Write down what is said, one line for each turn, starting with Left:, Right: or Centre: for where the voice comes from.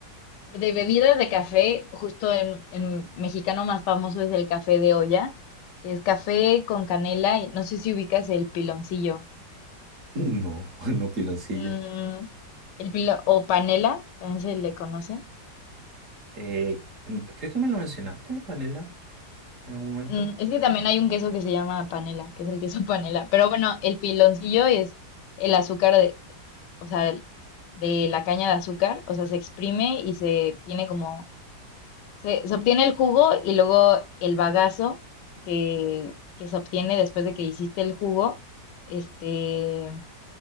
Left: De bebidas de café, justo en, en mexicano más famoso es el café de olla, que es café con canela y no sé si ubicas el piloncillo.
Right: <clears throat> no, <laughs> no piloncillo.
Left: Mm, el pilo- o panela, también se le conoce.
Right: Eh, n- creo que me lo mencionaste, panela, en algún momento.
Left: Mm, es que también hay un queso que se llama panela, que es el queso <laughs> panela. Pero bueno, el piloncillo es el azúcar de, o sea, de la caña de azúcar, o sea, se exprime y se tiene como Se, se obtiene el jugo y luego el bagazo que, que se obtiene después de que hiciste el jugo. Este,